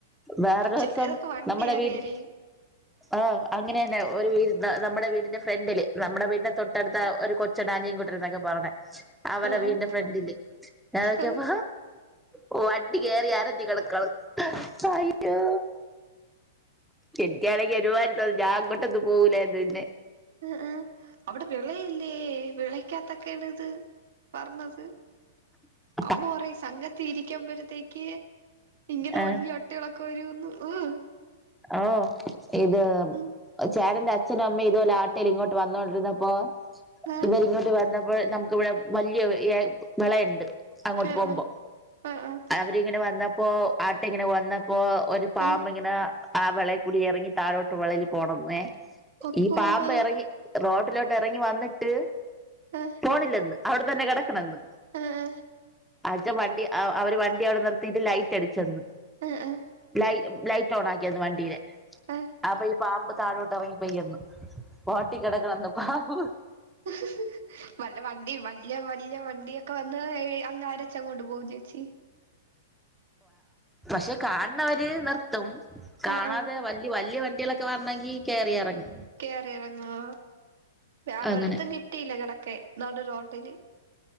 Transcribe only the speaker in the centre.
വേറെ ദിവസം
നമ്മുടെ
വീട്ടിൽ
ആഹ് അങ്ങനെ തന്നെ ഒരു നമ്മുടെ വീടിന്റെ ഫ്രണ്ടില് നമ്മുടെ വീടിന്റെ തൊട്ടടുത്ത ഒരു. ചെടാനിയും കൂട്ടർ എന്നൊക്കെ പറഞ്ഞണേ അവര
വീട്ടിന്റെ ഫ്രണ്ടില് ഞാൻ നോക്കിയപ്പ.
ഓ വണ്ടി കയറി അരഞ്ഞ കിടക്ണ് അയോ. എനിക്കാണെങ്കിൽ ഒരു വത്തത് ഞാ അങ്ങോട്ടന്ന് പോകൂലന്ന് പിന്നെ.
ഉം.
ഏ
ആ ഓഹ് ഇത്
ചേട്ടന്റെ അച്ഛനും അമ്മയും ഇതുപോലെ ആട്ടേൽ ഇങ്ങോട്ട് വന്നോണ്ടിരുന്നപ്പോ.
ഇവരിങ്ങോട്ട് വന്നപ്പോൾ നമുക്കവിടെ വലിയ ഏഹ് വിളയ്ണ്ട്. അങ്ങോട്ട്
പോകുമ്പോ
അവരിങ്ങനെ വന്നപ്പോ ആട്ട ഇങ്ങനെ വന്നപ്പോ. ഒരു പാമ്പ്
ഇങ്ങനെ ആ വിളയിൽ കൂടി ഇറങ്ങി തഴോട്ട് വിളൽ പോണന്നേ
ഈ പാമ്പ്
ഇറങ്ങി റോട്ടിലോട്ട് ഇറങ്ങി വന്നിട്ട്
പോണില്ലന്ന്. അവിടെ തന്നെ കിടക്കണന്ന്.
അഛ വണ്ടി അവര് വണ്ടി അവിടെ നിർത്തിട്ട് ലൈറ്റ് അടിച്ചന്നു.
ല ലൈറ്റ് ഓൺ ആക്കീന്നു വണ്ടീലെ
അപ്പൊ ഈ പാമ്പ് താഴോട്ടിറങ്ങി പോയി പോട്ടി കിടക്കണ്ന്ന് പാമ്പ്
പക്ഷെ കാണുന്നവര് നിർത്തും കാണാതെ
വ വലിയ വണ്ടികളൊക്കെ വരണങ്കി കേറി ഇറങ്ങും
അങ്ങനെ